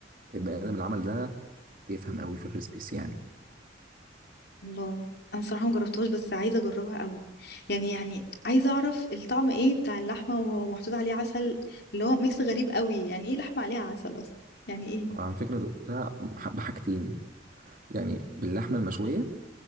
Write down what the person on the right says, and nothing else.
البني ادم اللي عمل ده بيفهم قوي في الريسبيس يعني
على فكره دوقتها بحاجتين يعني باللحمه المشويه